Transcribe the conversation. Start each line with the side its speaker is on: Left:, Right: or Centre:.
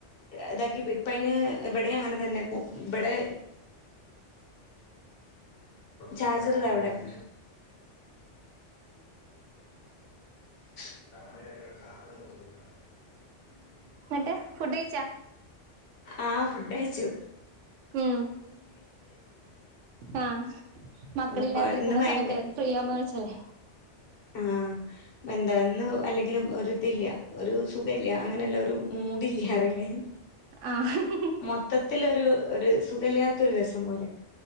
Left: ഇതാക്കി ഇപ്പയ്ന് ഇവിടിം അങ്ങനെ തന്നെ ഇബെടെ ചാർജർ ഇതാ ഇവെടെ. <inaudible> <unintelligible> <unintelligible> <unintelligible>
Right: ഇന്നട്ട് ഫുഡ് കയ്ച്ചോ.
Left: ആഹ് ഫുഡ് കയ്ച്ചു.
Right: ഉം ആഹ് മക്കളില്ലാതിരിക്കുമ്പള്ള
Left: അപ്പ ഇന്ന് ഭയങ്കര
Right: സമയത്തല്ലെ പ്രിയമ വെച്ചെല്ലെ
Left: ആഹ് വെന്താ ഇന്ന് അല്ലെങ്കിലും ഒര് ഇതില്യ. ഒരു സുഖല്ല്യ. അങ്ങനെല്ല ഒരു മൂടില്ല്യറീലെ.
Right: ആഹ്
Left: മൊത്തത്തില് ഒരു ഒരു സുഖല്ലാത്ത ഒരു രസം പോലെ.